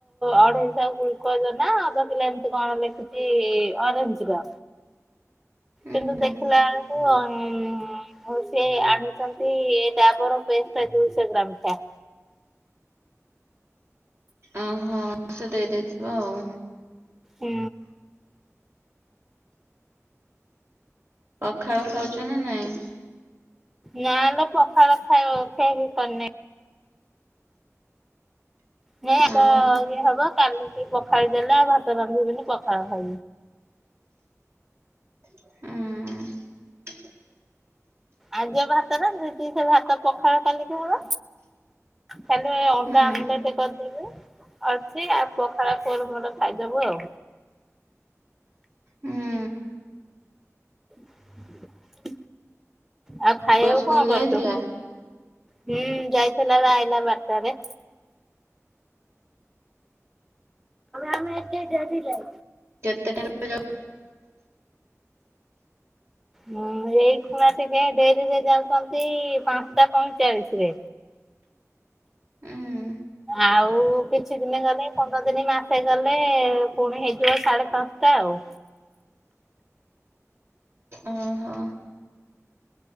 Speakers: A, in the centre; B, on the right (about 50°).
A: ଅଢେଇଶହ ଗୁଲକୋଜ ନା ଅଧ କିଲୋ ଏମତି କଣ ଲେଖିଛି ଅରେଞ୍ଜ ର।
B: ହୁଁ
A: କିନ୍ତୁ
B: ହୁଁ
A: ଦେଖିଲା ବେଳକୁ ମୁଁ ସେ ଆଣିଛନ୍ତି ଏ ଡାବର ପେଷ୍ଟ ଦୁଇଶହ ଗ୍ରାମ କିଆ।
B: ଓହୋ ସେ ଦେଇ ଦେଇଥିବ ଆଉ।
A: ହୁଁ।
B: ପଖାଳ ଖାଉଛ ନା ନାଇଁ।
A: ନାେଲେ ପଖାଳ ଖାଇବ କେ କରିନ। ନ
B: ଆଉ?
A: ତ ଇଏ ହବ କାଲି ଟିକେ ପଖାଡିଦେଲେ ଆଉ ଭାତ ରାନ୍ଧିବିନି ପ। ହଁ ଭ।
B: ହୁଁ।
A: ଆ ଯ ଭାତ ଟ ସେ ଭାତ ପଖାଳ କଲି କି ମୋର ଖାଲି ଅଣ୍ଡା
B: ହୁଁ
A: ଆମଲେଟ କରିଦେବି ଅଛି ଆଉ ପଖାଳ ମୋର ଖାଇଦବୁ ଆଉ।
B: ହୁଁ
A: ହ ଆଉ ଖାଇବାକୁ
B: ପୁଅ ସ୍କୁଲ
A: କଣ କରିଦୁ
B: ଯାଇଥିଲା?
A: ହୁଁ ଯାଇଥିଲାଇଲା ବାର୍ତାାରେ ଆମେ ଏ
B: କେତେ ଟାଇମ
A: ହଁ ଏଇ ଖୁଣା ଟିକେ ଡେରିରେ ଯାଉଛନ୍ତି ପାଞ୍ଚଟା ପଇଁଚାଳିଶ ରେ
B: ଯାଉ ଉଁ
A: ଆଉ କିଛି ଦିନ ଗଲେ ପନ୍ଦର ଦିନି ମାସେ ଗଲେ ପୁଣି ହେଇଯିବ ସାଢେ ପାଞ୍ଚଟା ଆଉ।
B: ଓହୋ